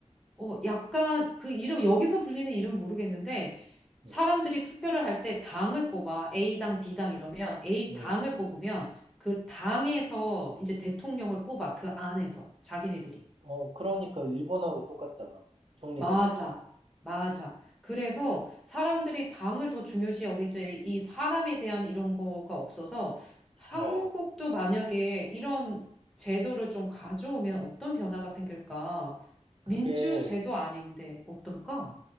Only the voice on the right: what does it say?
음,
음, 음.
어, 그러니까 일본하고 똑같잖아. 총리
내각제.
어,
그게